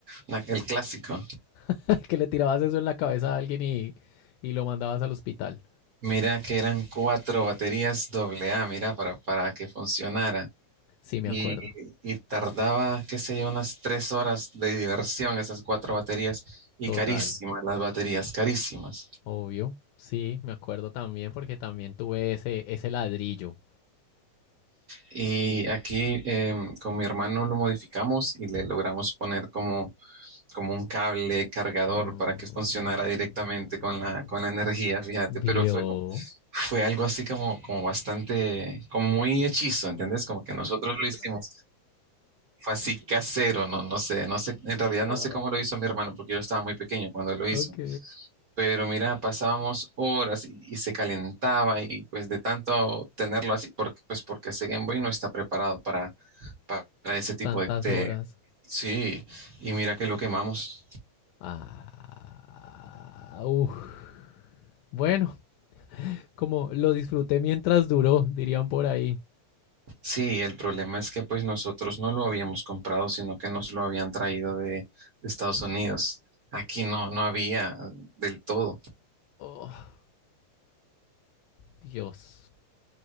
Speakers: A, on the right; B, on the left.
A: una- el clásico.
B: <laughs> que le tirabas eso en la cabeza a alguien y, y lo mandabas al hospital.
A: Mira que eran cuatro baterías doble A, mira, para, para que funcionara.
B: Sí,
A: Y,
B: me acuerdo.
A: y tardaba, qué sé yo, unas tres horas de diversión esas cuatro baterías y
B: Total.
A: carísimas las baterías, carísimas.
B: Obvio. Sí, me acuerdo también porque también tuve ese, ese ladrillo.
A: Y aquí em, con mi hermano lo modificamos y le logramos poner como, como un cable cargador
B: Mm.
A: para que funcionara directamente con la, con la energía, fíjate,
B: Vio.
A: pero fue, como- fue algo así como, como bastante, como muy hechizo, ¿entendés? Como que nosotros lo hicimos, fue así casero, no, no sé, no sé, en
B: No.
A: realidad no sé cómo lo hizo mi hermano porque yo estaba muy pequeño cuando lo hizo,
B: Ok.
A: pero mira, pasábamos horas y, y se calentaba y pues de tanto tenerlo así, porque, pues porque ese Game Boy no está preparado pa- para ese tipo
B: Tantas
A: de, de-
B: horas.
A: Sí, y mira que lo quemamos.
B: Ah, uf. Bueno, como lo disfruté mientras duró, dirían por ahí.
A: Sí, el problema es que pues nosotros no lo habíamos comprado, sino que nos lo habían traído de, de Estados Unidos. Aquí no, no había del todo.
B: Oh, Dios.